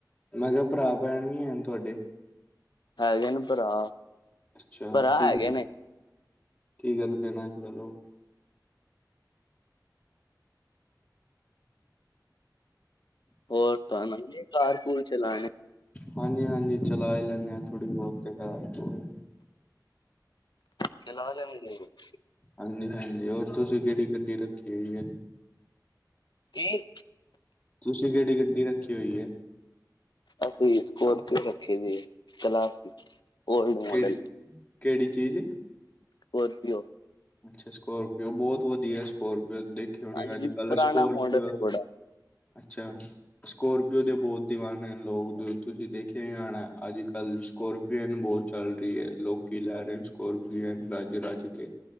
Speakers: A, on the left (about 20°); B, on the left (about 80°).
A: ਮੈਂ ਕਿਆ ਭਰਾ-ਭੈਣ ਵੀ ਹੈ ਨੇ ਤੁਹਾਡੇ?
B: ਹੈਗੇ ਨੇ ਭਰਾ।
A: ਅੱਛਾ
B: ਭਰਾ
A: ਕੀ
B: ਹੈਗੇ ਨੇ
A: ਕੀ ਗੱਲ ਪੈਣਾ ਅੱਜ ਕੱਲ ਉਹ
B: ਹੋਰ ਤਾਣੁ ਆਂਦੀ ਐ ਕਾਰ ਕੂਰ ਚਲਾਨੀ?
A: ਹਾਂਜੀ-ਹਾਂਜੀ, ਚਲਾ ਈ ਲੈਣੇ ਆ ਥੋੜ੍ਹੀ ਬਹੁਤ ਤੇ ਕਾਰ-ਕੁਰ!
B: ਚਲਾ ਲੈਣੇ ਕਿ <inaudible>
A: ਹਾਂਜੀ-ਹਾਂਜੀ! ਹੋਰ ਤੁਸੀਂ ਕਿਹੜੀ ਗੱਡੀ ਰੱਖੀ ਹੋਈ ਐ?
B: ਕੀ?
A: ਤੁਸੀਂ ਕਿਹੜੀ ਗੱਡੀ ਰੱਖੀ ਹੋਈ ਐ?
B: ਅਸੀਂ ਸਕੋਰਪੀਓ ਰਖੀ ਹੋਈ ਐ, ਕਲਾਸ ਓਲਡ ਮਾਡਲ!
A: ਕਿਹੜੀ ਕਿਹੜੀ ਚੀਜ਼?
B: ਸਕੋਰਪੀਓ।
A: ਅੱਛਾ, ਸਕੋਰਪੀਓ ਬਹੁਤ ਵਧੀਆ! ਸਕੋਰਪੀਓ ਦੇਖੀ ਹੋਣੀ
B: ਹਾਂਜੀ
A: ਅੱਜ-ਕੱਲ
B: ਪੁਰਾਣਾ
A: ਸਕੋਰਪੀਓ
B: ਮਾਡਲ ਹੈ ਬੜਾ
A: ਅੱਛਾ। ਸਕੋਰਪੀਓ ਦੇ ਬਹੁਤ ਦੀਵਾਨੇ ਨੇ ਲੋਕ, ਜੋ ਤੁਸੀਂ ਦੇਖਿਆ ਈ ਹੋਣਾ ਅੱਜ-ਕੱਲ੍ਹ ਸਕੋਰਪੀਓ ਅਨ ਬਹੁਤ ਚੱਲਦੀ ਐ, ਲੋਕੀ ਲੈ ਰਹੇ ਨੇ ਸਕੋਰਪੀਅਨ ਰਜ-ਰਜ ਕੇ!